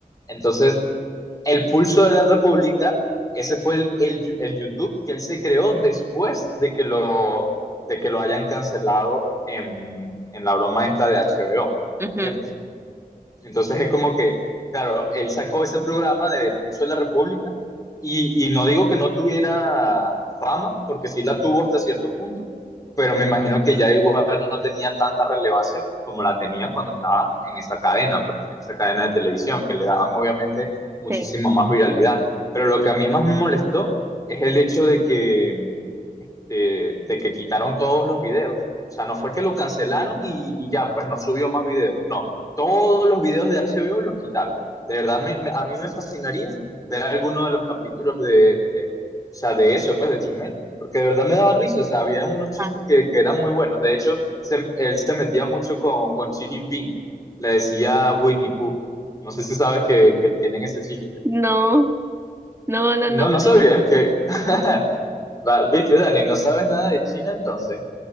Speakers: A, on the left; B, on the right.
A: Entonces, el pulso de la República, ese fue el, el, el, YouTube que él se creó después de que lo, de que lo hayan cancelado en, en la broma esta de HBO,
B: ujú,
A: ¿entiendes? Entonces es como que, claro, él sacó ese programa del Pulso de la República y, y no digo que no tuviera fama, porque sí la tuvo hasta cierto punto, pero me imagino que ya igual no tenía tanta relevancia como la tenía cuando estaba en esa cadena, pues, en esa cadena de televisión, que le daban obviamente muchísima
B: sí.
A: más viralidad. Pero lo que a mí más me molestó es el hecho de que de, de que quitaron todos los videos. O sea, no fue que lo cancelaron y, y ya, pues no subió más videos. No, todos los videos de HBO los quitaron. De verdad, me, me- a mí me fascinaría ver alguno de los capítulos de, de- o sea, de eso, pues, de Chumel, porque de verdad me daban risa. O sea, había unos chistes
B: Ah,
A: que, que eran muy buenos. De hecho, se- él se metía mucho con, con Xi Jinping. Le decía Winnie Pooh. No sé si sabes que, que tienen ese chiste.
B: No, No, no,
A: No,
B: no.
A: no sabía.
B: la
A: es que...
B: verdad.
A: <laughs> Va, Viste, Dani, no sabes nada de China entonces.